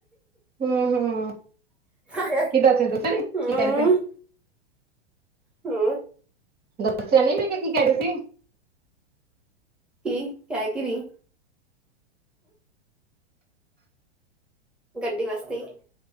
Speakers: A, on the right; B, in the centre.
A: ਹੂੰ ਹੂੰ
B: -ਹਾਏ
A: ਕਿੱਦਾਂ ਸੀ ਦੱਸਿਆ ਨੀ ਕੀ
B: ਹੁੰ
A: ਕਹਿ ਰਹੇ
B: ਹਮ।
A: ਦੱਸਿਆ ਨਈ, ਮੈਂ ਕੀ-ਕੀ ਕਹਿ ਰਹੀ ਸੀ।
B: ਕੀ ਹੈ ਕਿ, ਨਹੀਂ। ਗੱਡੀ ਵਾਸਤੇ ਈ,